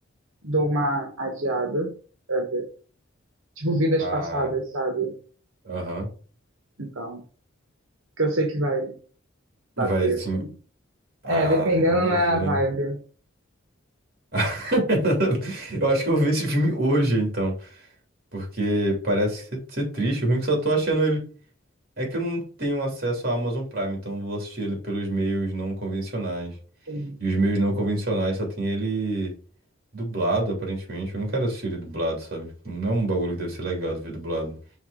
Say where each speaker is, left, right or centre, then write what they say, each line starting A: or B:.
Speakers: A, on the right; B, on the right.
A: dou uma adiada pra ver. Tipo, vidas
B: Ah,
A: passadas, sabe?
B: aham.
A: Então, que eu sei que vai
B: Vai,
A: bater,
B: sim.
A: assim.
B: Ah,
A: É, dependendo
B: nada
A: da
B: a ver.
A: vibe.
B: <laughs> Eu acho que eu vou ver esse filme hoje, então. Porque parece ser, ser triste, o ruim é que só tô achando ele. É que eu não tenho acesso à Amazon Prime, então eu vou assistir ele pelos meios não convencionais.
A: Sim.
B: E os meios não convencionais só tem ele dublado, aparentemente. Eu não quero assistir ele dublado, sabe? Tipo, Não é um bagulho que deve ser legal de ver dublado.